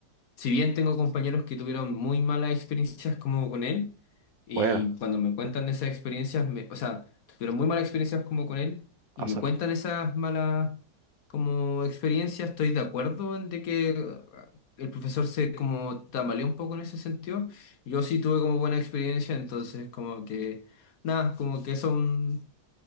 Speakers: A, on the left (about 65°); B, on the right (about 70°).
A: si bien tengo compañeros que tuvieron muy malas experiencias como con él, y
B: Buena.
A: cuando me cuentan
B: Eh,
A: esas experiencias, me, o sea, tuvieron muy malas experiencias como con él,
B: Ah,
A: y me
B: sorry.
A: cuentan esas malas como experiencias, estoy de acuerdo en de que eh, el profesor se como tambaleó un poco en ese sentido. Yo sí tuve como buena experiencia, entonces como que, nada, como que son,